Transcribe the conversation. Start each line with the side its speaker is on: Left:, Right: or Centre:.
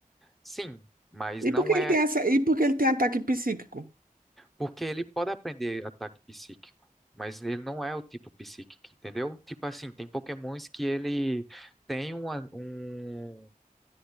Centre: Sim, mas não
Right: E por que ele
Centre: é.
Right: tem essa, e por que ele tem ataque psíquico?
Centre: Porque ele pode aprender ataque psíquico, mas ele não é o tipo psíquico, entendeu? Tipo assim, tem pokémons que ele tem uma- um,